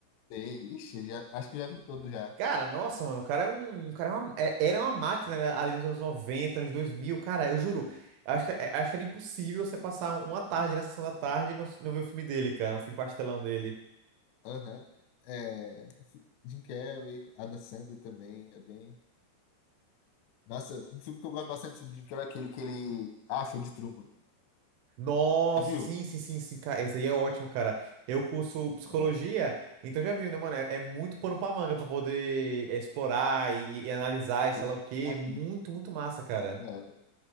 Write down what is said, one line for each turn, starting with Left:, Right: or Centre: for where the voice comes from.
Left: Sei, ixi, já, acho que já vi todo já.
Right: Cara, nossa, mano, o cara é um, o cara é uma, é- era uma máquina, né, ali nos anos 90, anos 2000 cara, eu juro. Acho que, é- acho que era impossível você passar uma tarde na sessão da tarde e não, não ver o filme dele, cara, um filme pastelão dele.
Left: Aham. É, fi- Jim Carrey, Adam Sandler também, é bem... Nossa, um filme que eu gosto bastante do Jim Carrey é aquele que ele... Ah, Show de Truman.
Right: Nossa,
Left: Já viu?
Right: sim, sim, sim, sim, cara. Esse aí é ótimo, cara. Eu curso
Left: Muito
Right: psicologia,
Left: bom.
Right: então já viu, né, mano? É, é muito pano pra manga pra poder é, explorar e, e analisar e sei
Left: E-
Right: lá o quê.
Left: ah,
Right: Muito, muito massa, cara.
Left: que da hora,